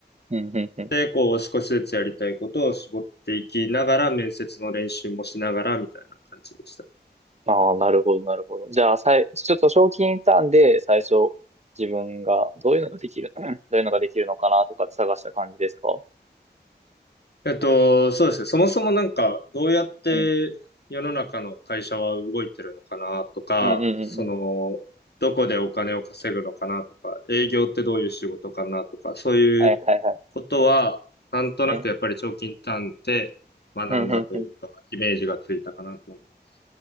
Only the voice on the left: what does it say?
で、こう少しずつやりたいことを絞っていきながら、面接の練習もしながらみたいな感じでした。
えっと、そうですね。そもそもなんか、どうやって世の中の会社は動いてるのかなとか、
その、どこでお金を稼ぐのかなとか、営業ってどういう仕事かなとか、そういう
ことは、なんとなくやっぱり長期インターンで学んだというか、
イメージがついたかなと思います。